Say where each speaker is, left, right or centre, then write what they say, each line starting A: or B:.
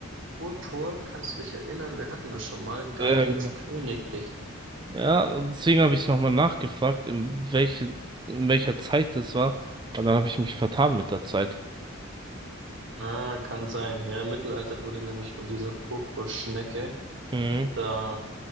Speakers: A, on the right (about 60°); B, on the right (about 20°).
A: Purpur, kannst du dich erinnern, wir hatten das schon mal, galt
B: Ja,
A: als
B: genau.
A: königlich.
B: Ja, und deswegen habe ich nochmal nachgefragt, in welche, in welcher Zeit das war. Und dann habe ich mich vertan mit der Zeit.
A: Ah, kann sein. Ja, im Mittelalter wurde nämlich von dieser Purpurschnecke
B: Mhm.
A: da